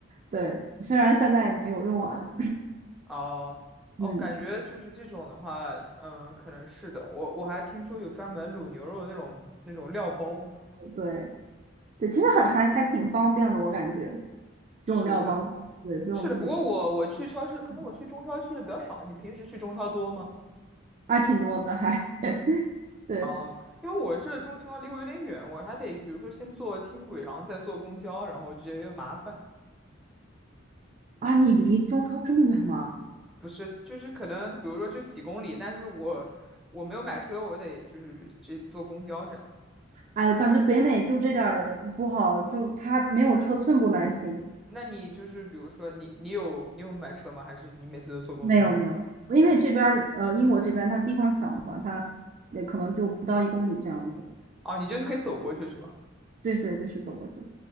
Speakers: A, on the right; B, in the centre.
A: 对，虽然现在也没有用完，
B: <laughs> 哦哦，
A: 嗯，
B: 感觉就是这种的话，嗯，可能是的。我我还听说有专门卤牛肉的那种那种料包。
A: 对对，其实很还还挺方便的，我感觉
B: 是的，
A: 这种料包，对，不用记，
B: 是的。不过我我去超市，可能我去中超去的比较少。
A: 嗯
B: 你平时去中超多吗？
A: 啊，挺多的还 <laughs>，对
B: 哦，因为我这中超离我有点远，我还得比如说先坐轻轨，然后再坐公交，然后我就觉得有点麻烦。
A: 啊，你离中超这么远吗？
B: 不是，就是可能比如说就几公里，但是我我没有买车，我得就是这坐公交这样。
A: 哎呦，感觉北美就这点儿不好，就它没有车寸步难行。
B: 那你就是比如说你你有你有买车吗？还是你每次都坐公交？
A: 没有没有，因为这边儿呃英国这边它地方小嘛，它也可能就不到一公里这样子。
B: 哦，你就是可以走过去是吗？
A: 对对对，是走过去。